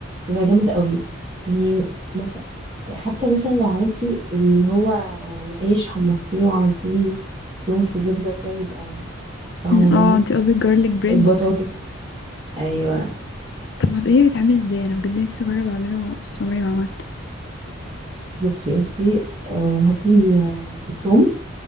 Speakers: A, on the right (about 25°); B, on the left (about 55°).
A: بيبقى جامد قوي يعني مثلا حتى مثلا لو عملتي اللي هو العيش حمصتيه وعملتيه توم في زبده كده بيبقى طعمه جامد
B: اه انت قصدك جارليك بريد
A: البطاطس ايوه
B: طب ما تقولي بيتعمل ازاي انا بجد نفسي اجرب اعمله بس عمري ما عملته
A: بصي انتي آه، هاتي آه، التوم